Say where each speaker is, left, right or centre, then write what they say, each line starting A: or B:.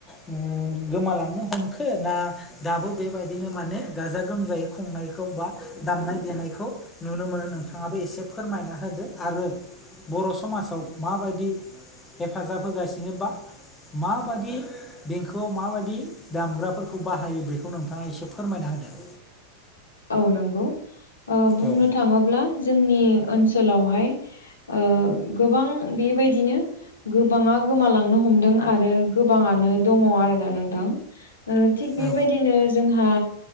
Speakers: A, on the left; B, on the left.
A: ओम गोमालांनो हमखो ना, दाबो बेबायदिनो माने गाजा गोमजायै खुंनायखौ बा दामनाय देनायखौ नुनो मोनो नोंथाङाबो एसे फोरमायना होदो आरो बर' समाजाव माबायदि हेफाजाब होगासिनो बा माबादि देंखोआव माबायदि दामग्राफोरखौ बाहायो बेखौ नोंथाङा एसे फोरमायना होदो।
B: औ नंगौ ओ बुंनो
A: औ
B: थाङोब्ला जोंनि ओनसोलावहाय ओ गोबां बेबायदिनो गोबाङा गोमालांनो हमदों आरो गोबाङानो दङ आरो ना नोंथां। ओ थिग बेबायदिनो
A: औ
B: जोंहा